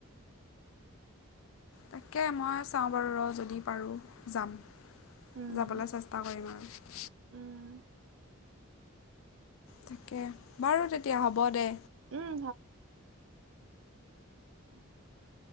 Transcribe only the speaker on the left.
তাকে মই চাওঁ বাৰু ৰ যদি পাৰোঁ যাম
যাবলৈ চেষ্টা কৰিম আৰু
তাকে বাৰু তেতিয়া হ'ব দে।